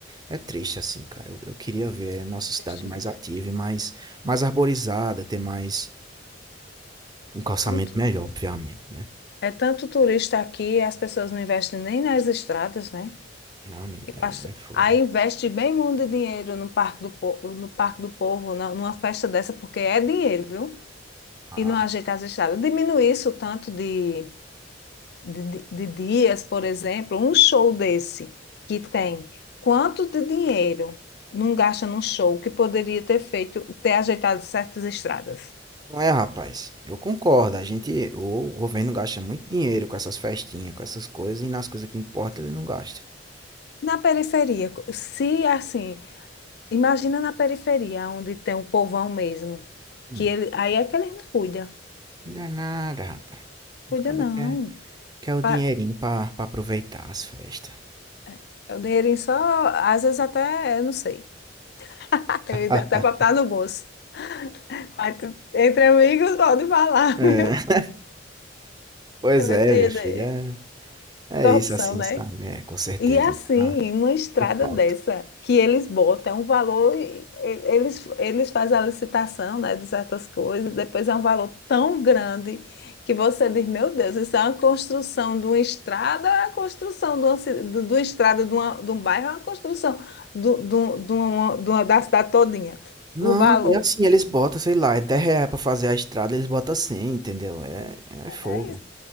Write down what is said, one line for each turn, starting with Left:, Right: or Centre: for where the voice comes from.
Right: É triste assim, cara. Eu, eu queria ver a nossa cidade
Left: investimento.
Right: mais ativa e mais, mais arborizada, ter mais um calçamento
Left: tão
Right: melhor, obviamente, né?
Left: É tanto turista aqui, as pessoas não investem nem nas estradas, né?
Right: Não, menino,
Left: Eu
Right: é,
Left: acho-
Right: é fogo.
Left: Aí investe bem muito dinheiro no Parque do, Po- no Parque do Povo, na- numa festa dessa, porque é dinheiro, viu?
Right: Ah,
Left: E não ajeita as estradas. Diminui isso tanto de de, de- de dias, por exemplo, um show desse que tem quanto de dinheiro não gasta num show que poderia ter feito, ter ajeitado certas estradas?
Right: Não é, rapaz. Eu concordo. A gente, o governo gasta muito dinheiro com essas festinhas, com essas coisas, e nas coisas que importam ele não gasta.
Left: Na periferia, co- se assim, imagina na periferia, onde tem o povão mesmo,
Right: Hum,
Left: que ele, aí é que ele não cuida,
Right: me dá nada, rapaz.
Left: cuida
Right: Os cabas
Left: não.
Right: quer, quer o
Left: Pa-
Right: dinheirinho pra, pra aproveitar as festas.
Left: É é o dinheirinho só, às vezes até, eu não sei, <laughs> ele
Right: Ah,
Left: até para botar no bolso. Mas tu- entre amigos pode falar,
Right: é.
Left: <laughs> viu?
Right: <laughs> Pois
Left: Eu
Right: é,
Left: ia dizer,
Right: minha filha. É,
Left: Corrupção,
Right: é isso assim,
Left: né?
Right: sabe? É, com certeza.
Left: E assim,
Right: minha- Ah,
Left: uma estrada
Right: não falta.
Left: dessa que eles botam é um valor, e- e- eles, eles fazem a licitação, né, de certas coisas, depois é um valor tão grande que você diz, meu Deus, isso é uma construção de uma estrada, é a construção de uma, ci- de, de uma estrada de, uma- de um bairro, é uma construção do, do, de uma, de uma- da cidade todinha.
Right: Não,
Left: O valor.
Right: e assim, eles botam, sei lá, é 10 reais pra fazer a estrada, eles botam 100, entendeu? É, é
Left: É,
Right: fogo.
Left: isso,